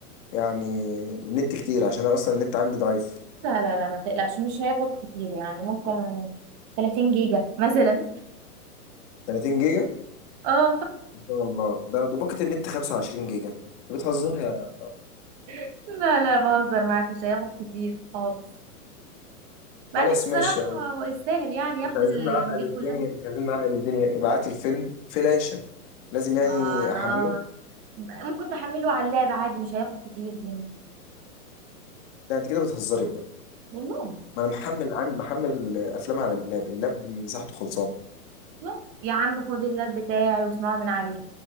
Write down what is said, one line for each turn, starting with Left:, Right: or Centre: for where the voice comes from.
Left: يعني النت كتير عشان انا اصلا النت عندي ضعيف
Right: لا لا لا ما تقلقش مش هياخد كتير يعني ممكن 30 جيجا مثلا
Left: 30 جيجا
Right: اه
Left: ان شاء الله ده ده باقة النت 25 جيجا انت بتهزر يا
Right: <laughs> لا لا بهزر معاك مش هياخد كتير خالص بعدين
Left: خلاص
Right: الصراحة
Left: ماشي يعني
Right: هو يستاهل يعني ياخد
Left: مش عايزين
Right: الميجات
Left: نعقد الدنيا
Right: كلها
Left: مش عايزين نعقد الدنيا ابعت الفيلم فلاشة لازم يعني
Right: خلاص
Left: احمله
Right: ممكن تحمله على اللاب عادي مش هياخد كتير مني
Left: ده انت كده بتهزري بقى
Right: والله
Left: ما انا محمل عن محمل افلام على اللاب اللاب مساحته خلصانه
Right: بس يا عم خد اللاب بتاعي واسمعه من عليه